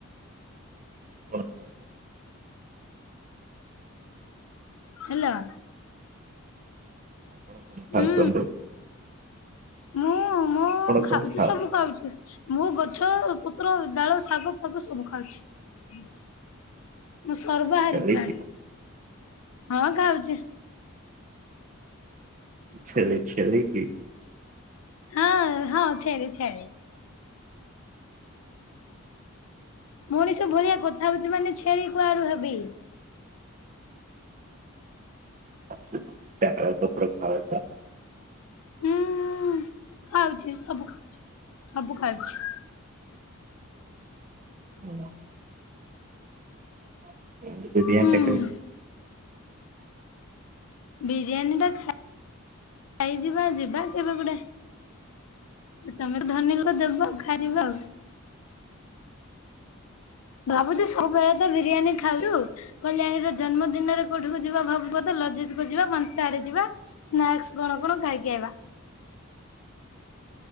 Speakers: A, on the right; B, on the left.
A: ଣଥା
B: ହେଲୋ
A: <unintelligible>
B: ହୁଁ ମୁଁ ମୁଁ
A: ଆପଣ
B: ଖାଉଚି
A: କଣ ଖାଉଛ?
B: ସବୁ ଖାଉଚି। ମୁଁ ଗଛ ପତ୍ର ଡାଳ ଶାଗ ଫାଗ ସବୁ ଖାଉଚି। ମୁଁ ସର୍ବାହାରୀ
A: ଛେଳି
B: ପ୍ରାଣୀ,
A: କି
B: ହଁ ଖାଉଚି।
A: ଛେଳି ଛେଳି କି?
B: ହଁ ହଁ ଛେଳି ଛେଳି। ମଣିଷ ଭଳିଆ କଥା ହୋଉଚି ମାନେ ଛେଳି କୁଆଡୁ ହେବି।
A: ସେ ଡାଳ ପତ୍ର ଖାଉଚ?
B: ହୁଁ ଖାଉଚି ସବୁ ଖାଉଚି ସବୁ ଖାଉଚି।
A: ହୁଁ <unintelligible> ବରିଆ
B: ହୁଁ
A: <unintelligible>
B: ବିରିୟାନୀ ଟା ଖାଇଯିବା ଯିବା କେବେ ଗୁଡେ ତମେ ଧନୀ ଲୋକ ଦେବା ଆଉ ଖାଇବା ଆଉ? ଭାବୁଛି ସବୁବେଳେ ତ ବିରିୟାନୀ ହାଲୋ, କଲ୍ୟାଣୀର ଜନ୍ମ ଦିନରେ କୋଉଠିକୁ ଯିବା ଭାବୁ କ ଲଜ <unintelligible> ସ୍ନାକ୍ସ କଣ କଣ ଖାଇକି ଆଇବା